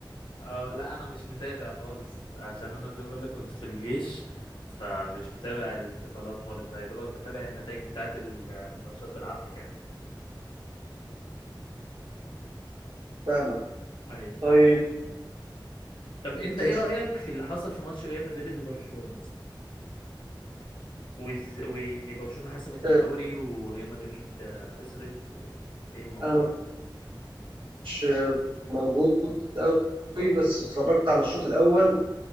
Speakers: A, on the left; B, on the right.
A: اه لا انا مش متابع خالص عشان انا زي ما بقول لك كنت في الجيش فمش متابع الانتقالات خالص ده يا دوبك بتابع النتائج بتاعه ال- الماتشات بالعافيه كمان
B: فاهمك
A: ايوه
B: طيب
A: طب انت
B: تتأهل
A: ايه رايك في اللي حصل في ماتش ريال مدريد وبرشلونه وإز... وان برشلونه حسمت الدوري
B: آه،
A: وريال مدريد آه، خسرت وايه الموضوع
B: انا ما
A: ده؟
B: كنتش آه، موجود قوي بس اتفرجت على الشوط الاول